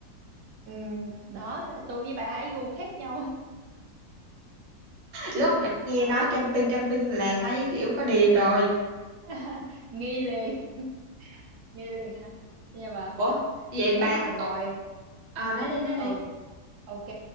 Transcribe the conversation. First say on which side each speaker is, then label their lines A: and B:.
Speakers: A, on the right; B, on the right.
A: ừ, đó thế tôi với bà ấy gu khác nhau
B: lúc nãy nghe
A: đấy
B: nói camping camping là thấy kiểu có điềm rồi
A: <laughs> nghi liền <laughs> nghi liền hả nhưng mà
B: ủa vậy
A: nếu
B: bà
A: mà ngồi
B: Ồ, ờ nói đi nói
A: ừ
B: đi
A: ok